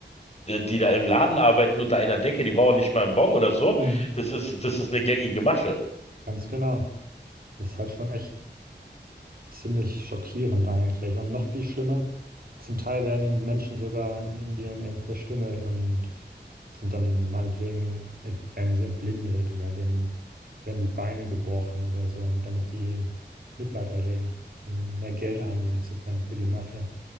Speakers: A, on the left; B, on the right.
A: äh, die da im Laden arbeiten unter einer Decke. Die brauchen nicht mal einen Bon oder so.
B: Mhm,
A: Das ist, das ist eine gängige Masche.
B: ganz genau. Das ist halt schon echt ziemlich schockierend eigentlich. Und noch viel schlimmer, zum Teil werden eben Menschen sogar in Indien eben verstümmelt und sind dann meinetwegen, ent- werden sie erblindet oder denen werden die Beine gebrochen oder so, damit sie Mitleid erregen, um mehr Geld einnehmen zu können für die Mafia.